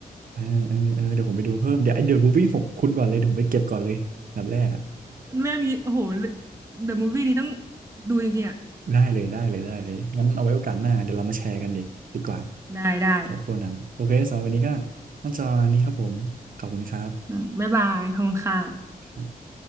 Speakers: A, on the right; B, on the right.
A: เออเออเออเดี๋ยวผมไปดูเพิ่มเดี๋ยวไอเดอะมูฟวี่หกคุณก่อนเลยเดี๋ยวผมไปเก็บก่อนเลยอันดับแรกอ่ะ
B: เรื่องนี้โอ้โหเดอะมูฟวี่นี้ต้องดูจริงๆอ่ะ
A: ได้เลยได้เลยได้เลยงั้นเอาไว้โอกาสหน้าเดี๋ยวเรามาแชร์กันดีดีกว่า
B: ได้ได้
A: สำหรับคนนั้นโอเคสำหรับวันนี้ก็น่าจะวันนี้ครับผมขอบคุณครับ
B: อืมบ๊ายบายขอบคุณค่ะ
A: ครับ